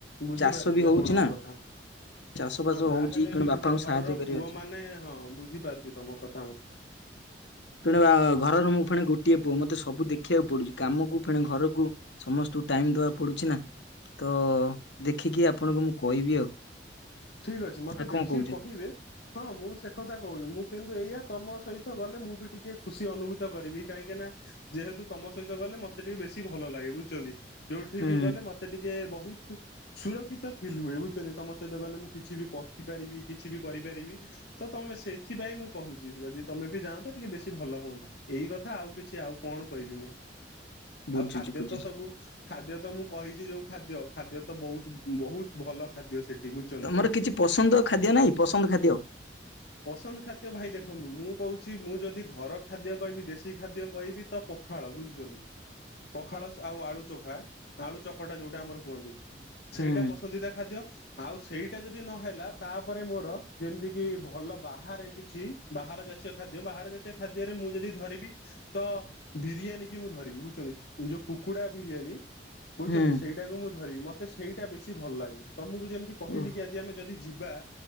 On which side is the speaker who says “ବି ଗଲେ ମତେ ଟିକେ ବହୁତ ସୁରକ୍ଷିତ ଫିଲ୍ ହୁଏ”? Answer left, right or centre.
Left